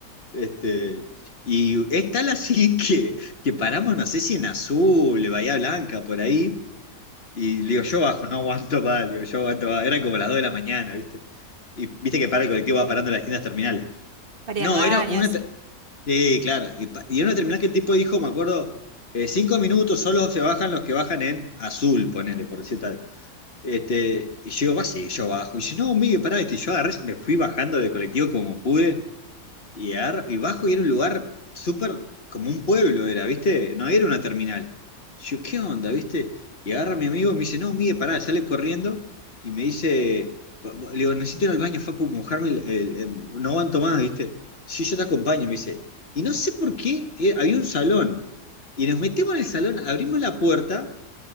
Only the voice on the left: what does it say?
Este, y es tal así <laughs> que, que paramos, no sé si en Azul, de Bahía Blanca, por ahí. Y le digo, yo bajo, no aguanto más, le digo, yo aguanto más. Eran como las 2 de la mañana, ¿viste? Y viste que para el colectivo va parando en las distintas terminales.
No,
era una.
ter- Sí, claro. Y, pa- y era una terminal que el tipo dijo, me acuerdo, eh, cinco minutos solo se bajan los que bajan en Azul, ponele, por decir tal. Este, y yo digo, va, sí, yo bajo. Y dice, no, Miguel, pará, este, y yo agarré, me fui bajando del colectivo como pude. Y, agar- y bajo y era un lugar súper como un pueblo, era, ¿viste? No era una terminal. Yo, ¿qué onda, viste? Y agarra a mi amigo y me dice, no, mire, pará, sale corriendo y me dice, "Bu- bu- le digo, necesito ir al baño, Facu, mojarme, el- el- el- no aguanto más, ¿viste? Sí, yo te acompaño, me dice. Y no sé por qué, eh, había un salón. Y nos metemos en el salón, abrimos la puerta,